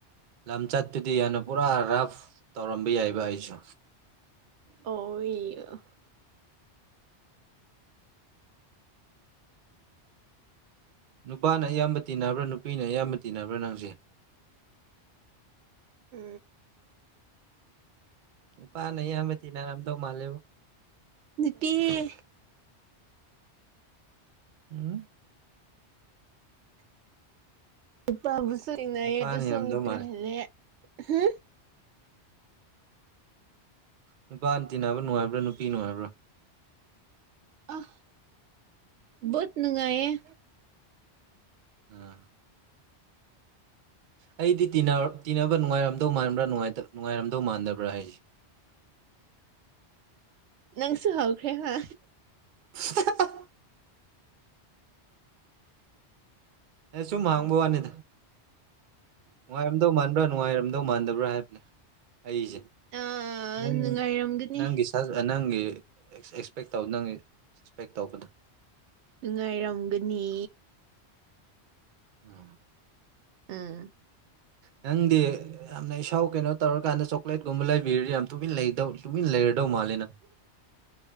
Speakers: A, on the right; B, on the right.
A: ꯂꯝꯆꯠꯇꯨꯗꯤ ꯌꯥꯝꯅ ꯄꯨꯔꯥ ꯔꯐ ꯇꯧꯔꯝꯕ ꯌꯥꯏꯕ ꯑꯩꯁꯨ
B: ꯑꯣ ꯍ
A: ꯅꯨꯄꯥꯅ ꯑꯌꯥꯝꯕ ꯇꯤꯟꯅꯕ꯭ꯔꯥ ꯅꯨꯄꯤꯅ ꯑꯌꯥꯝꯕ ꯇꯤꯟꯅꯕ꯭ꯔꯥ ꯅꯪꯁꯦ
B: ꯑ
A: ꯎꯄꯥꯅ ꯏꯌꯥꯝꯕ ꯊꯤꯅꯔꯝꯗꯧ ꯃꯥꯜꯂꯦꯕ
B: ꯅꯨꯄꯤꯤ
A: ꯎꯝ
B: ꯏ ꯄꯥꯕꯨ ꯁꯨꯏꯅꯏ
A: ꯅꯨꯄꯥꯅ
B: ꯑꯗꯨ ꯑꯗꯨ ꯁꯨꯉꯇꯂꯦ
A: ꯌꯥꯝꯔꯝꯗꯧ ꯃꯥꯜꯂꯦ
B: ꯍꯥ
A: ꯅꯨꯄꯥ ꯇꯤ ꯅꯥꯕ ꯅꯨꯡꯉꯥꯏꯕ꯭ꯔꯥ ꯅꯨꯄꯤ ꯅꯨꯡꯉꯥꯏꯕ꯭ꯔꯥ
B: ꯑ ꯣꯠ ꯅꯨꯡꯉꯥꯏꯌꯦꯦ
A: ꯎꯝ ꯑꯩꯗꯤ ꯇꯤꯟꯅꯕ ꯅꯨꯡꯉꯥꯏꯔꯝꯗꯧ ꯃꯥꯟꯕ꯭ꯔꯥ ꯅꯨꯡꯉꯥꯏꯔꯝꯗꯧ ꯃꯥꯟꯗꯕ꯭ꯔꯥ ꯍꯥꯏꯁ <unintelligible>
B: ꯅꯪꯁꯨ ꯍꯧꯥꯎꯈ꯭ꯔꯦ ꯍꯥ
A: <unintelligible> ꯑꯦ ꯁꯨꯝ ꯍꯥꯡꯕ ꯋꯥꯅꯤꯗ ꯅꯨꯡꯉꯥꯏꯔꯝꯗꯧ ꯃꯥꯟꯕ꯭ꯔꯥ ꯅꯨꯡꯉꯥꯏꯔꯝꯗ ꯀꯗꯧ ꯃꯥꯟꯗꯕ꯭ꯔꯥ ꯍꯥꯏꯕꯅꯦ ꯑꯩꯁꯦ
B: ꯑ
A: ꯅꯪ
B: ꯅꯨꯡꯉꯥꯏꯔꯝꯒꯅꯤ
A: ꯅꯪꯒꯤ ꯅꯪꯒꯤ ꯑꯦꯛꯁꯄꯦꯛ ꯇꯧ ꯅꯪ ꯑꯦꯛꯁꯄꯦꯛ ꯇꯧꯕꯗꯣ
B: ꯅꯨꯡꯉꯥꯏꯔꯝꯒꯅꯤ
A: ꯎꯝ
B: ꯎꯝ
A: ꯅꯪꯗꯤ ꯌꯥꯝꯅ ꯏꯁꯥꯎ ꯀꯩꯅꯣ ꯇꯧꯔꯀꯥꯟꯗ ꯆꯣꯀ꯭ꯂꯦꯠꯀꯨꯝꯕ ꯂꯩꯕꯤꯔꯗꯤ ꯌꯥꯝ ꯇꯨꯃꯤꯟ ꯂꯩꯗꯧ ꯇꯨꯃꯤ ꯂꯩꯔꯗꯧ ꯃꯥꯂꯅ